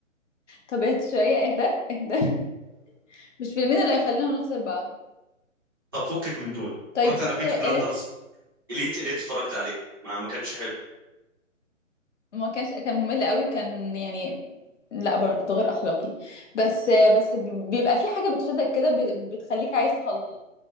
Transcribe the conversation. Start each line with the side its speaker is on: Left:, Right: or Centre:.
Left: طب اهدى شوية اهدى اهدى مش فيلمين اللي هيخلينا نخسر بعض
Right: طب فكك من دول
Left: طيب
Right: اتفرجت
Left: شفت
Right: على بيك
Left: إليت
Right: بلاندرز اليت اليت اتفرجت عليه ما ما كانش حلو
Left: وما كانش كان ممل قوي كان يعني لا برضه غير اخلاقي بس بس بيبقى في حاجه بتشدك كده ب- بتخليك عايز تخل...